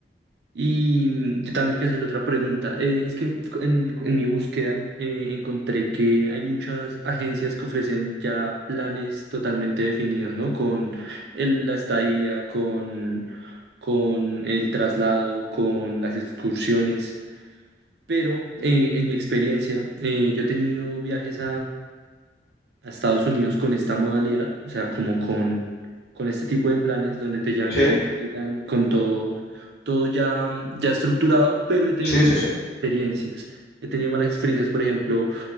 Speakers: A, on the right; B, on the left.
A: Y mm, yo también quiero hacer otra pregunta. Eh, es que en, en- en mi búsqueda eh, encontré que hay muchas agencias que ofrecen ya planes totalmente definidos, ¿no? Con el- la estadía, con, con el traslado, con las excursiones. Pero eh, en mi experiencia, eh, yo he tenido viajes a Estados Unidos con esta modalidad, o sea, como con, con este tipo de planes donde te llevan
B: Sí,
A: ya a Disneyland con todo, todo ya, mm, ya estructurado, pero he tenido
B: sí,
A: muy
B: sí, sí,
A: malas experiencias. He tenido malas experiencias, por ejemplo,